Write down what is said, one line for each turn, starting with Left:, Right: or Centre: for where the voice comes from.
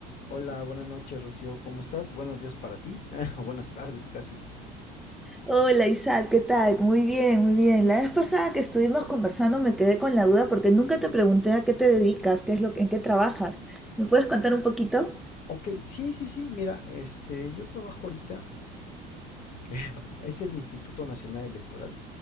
Left: Hola, buenas noches, Rocío. ¿Cómo estás? Buenos días para ti, <laughs> o buenas tardes casi.
Centre: Hola Isaac, ¿qué tal? Muy bien, muy bien. La vez pasada que estuvimos conversando me quedé con la duda porque nunca te pregunté a qué te dedicas, qué es lo, en qué trabajas. ¿Me puedes contar un poquito?
Left: Ok, sí, sí, sí. Mira, este, yo trabajo ahorita. <laughs> Es el Instituto Nacional Electoral.